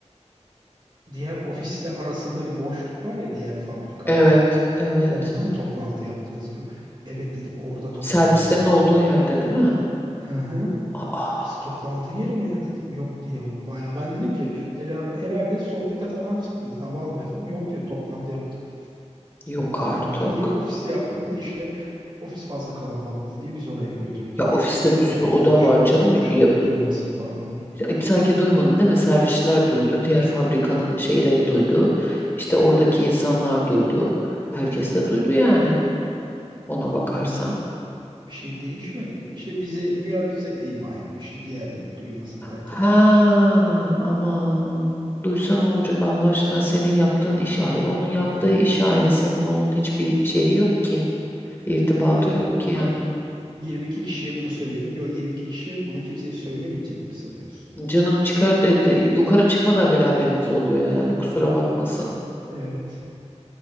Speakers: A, on the right; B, on the left.
A: diğer ofisle arasında bir boşluk var ya diğer fabrikayla.
B: Evet. Evet.
A: Orada mı toplantı yaptınız diyor. Evet dedi orada toplantı
B: Servislerin
A: yaptık
B: olduğu
A: diyor.
B: yerde değil mi?
A: Hı hı.
B: Aa,
A: Orası toplantı yeri mi ya dedim. Yok diyor o baya. Ben dedim ki herhalde, herhalde sohbete falan çıktınız hava almaya falan. Yok diyor toplantı yaptık diyor.
B: yok artık.
A: Niye ofiste yapmadınız? İşte ofis fazla kalabalıktı diye biz oraya götürdü.
B: Ya ofiste bir sürü
A: Orada
B: oda
A: konuşalım.
B: var canım
A: Başkaları
B: yapılır.
A: duymasın falan diye.
B: Ya Sanki duymadı değil mi? Servisçiler duydu. Diğer fabrikanın şeyleri duydu. İşte oradaki insanlar duydu. Herkes de duydu yani. Ona bakarsan.
A: Yani bir şey değişmedi. İşte bize güya bize ima etmişti diğerleri duymasın derken.
B: Ha ama duysa ne olacak Allah aşkına senin yaptığın iş ayrı onun yaptığı
A: Yani
B: iş ayrı seninle onun hiçbir şeyi yok ki irtibatı
A: güya
B: yok
A: orada
B: ki yani
A: 22 kişiye bunu söyledin. Güya 22 kişi bunu kimseye söylemeyecek mi sanıyorsun?
B: canım çıkar e, de- yukarı çıkmadan bile haberimiz oluyor yani kusura bakmasın
A: Evet.